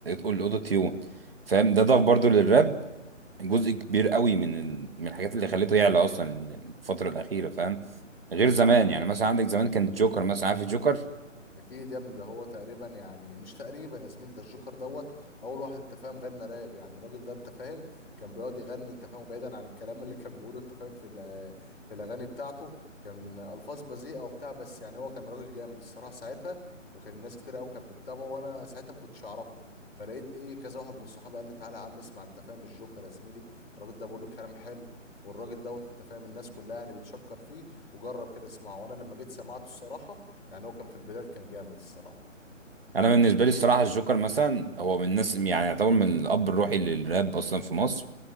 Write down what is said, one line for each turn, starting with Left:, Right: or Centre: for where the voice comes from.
Right: الاوتو تيون فاهم ده ضاف برضو للراب جزء كبير قوي من ال- من الحاجات اللي خليته يعلى اصلا الفتره الاخيره فاهم غير زمان يعني مثلا عندك زمان كان الجوكر مثلا عارف الجوكر
Left: اكيد يا ابني ده هو تقريبا يعني مش تقريبا يا زميل ده الجوكر دوت اول واحد انت فاهم غنى راب يعني الراجل ده انت فاهم كان بيقعد يغني انت فاهم بعيدا عن الكلام اللي كان بيقوله انت فاهم في الأ- في الاغاني بتاعته كان الفاظ بذيئه وبتاع بس يعني هو كان راجل جامد الصراحه ساعتها وكان الناس كتير قوي كانت بتتابعه وانا ساعتها ما كنتش اعرفه فلقيت ايه كذا واحد من صحابي قال لي تعالى يا عم اسمع انت فاهم الجوكر يا زميلي الراجل ده بيقول لك كلام حلو والراجل دوت انت فاهم الناس كلها يعني بتشكر فيه وجرب كده اسمعه وانا لما جيت سمعته الصراحه يعني هو كان في البداية كان جامد الصراحة
Right: انا بالنسبه لي الصراحه الجوكر مثلا هو من الناس يعني يعتبر من الاب الروحي للراب اصلا في مصر